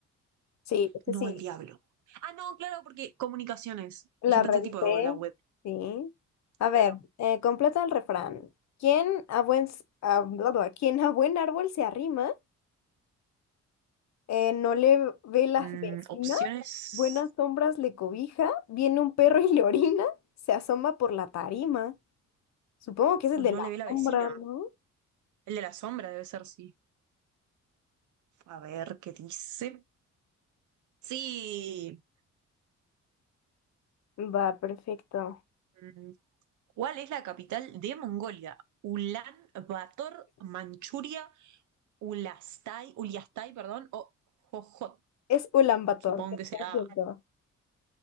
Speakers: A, on the left; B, on the right.
A: Sí, sí,
B: No,
A: sí.
B: el diablo. Ah, no, claro, porque comunicaciones.
A: La
B: Y yo pensé
A: reedité.
B: tipo oh, la web,
A: Sí. A
B: claro.
A: ver, eh, completa el refrán. ¿Quién a buen, s- a- bla, bla, ¿Quién a buen árbol se arrima? Eh, no le ve las
B: Mm,
A: vecinas,
B: opciones.
A: buenas sombras le cobija, viene un perro y le orina, se asoma por la tarima. Supongo que es el
B: O
A: de
B: no
A: la
B: le ve la
A: sombra,
B: vecina.
A: ¿no?
B: El de la sombra debe ser, sí. A ver qué dice. Sí.
A: Va, perfecto.
B: Mm, ¿Cuál es la capital de Mongolia? Ulan Bator, Manchuria, Ulastai, Uliastai, perdón, o Jojot.
A: Es Ulan Bator,
B: Supongo
A: 100%.
B: que será